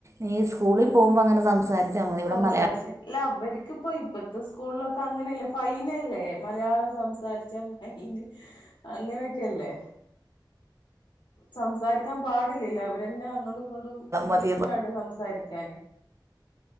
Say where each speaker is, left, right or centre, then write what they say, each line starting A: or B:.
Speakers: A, on the left; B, on the right.
A: ആഹ്
B: നീ സ്കൂളിൽ
A: ആഹ്
B: പോകുമ്പോൾ അങ്ങനെ സംസാരിക്ക് - നമ്മളിവിടെ
A: സംസാരിച്ച്
B: മലയാളം.
A: ഇല്ല അവർക്കിപ്പ ഇപ്പത്തെ സ്കൂളിലൊക്കെ അങ്ങനെയല്ലേ ഫൈനല്ലേ മലയാളം സംസാരിച്ച ഫ- അങ്ങനെയൊക്കെല്ലേ. സംസാരിക്കാൻ പാടില്ലല്ലോ അവരന്നെ അങ്ങോട്ടും, - ങ്ങോട്ടും ഇംഗ്ലീഷില്
B: മതി
A: വേണ്ട സംസാരിക്കാന്.